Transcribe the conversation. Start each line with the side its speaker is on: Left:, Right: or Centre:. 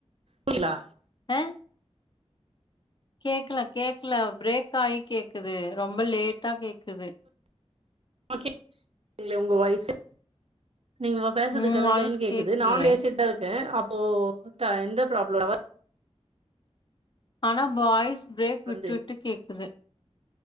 Right: <inaudible> ங்களா
Left: ஆ கேக்கல கேக்கல பிரேக் ஆயி கேக்குது ரொம்ப லேட்டா கேக்குது
Right: ஆ கே ங்களே உங்க வாய்ஸு நீங்க இப்ப பேசறது
Left: உ
Right: கலகலனு
Left: வாய்ஸ்
Right: கேக்குது
Left: கேக்கலையே
Right: நான் பேசிட்ட து அப்போ உட்டா எந்த ப்ராப்ளம்வா
Left: ஆனா பாய்ஸ் பிரேக் விட்டு
Right: வந்து
Left: விட்டு கேக்குது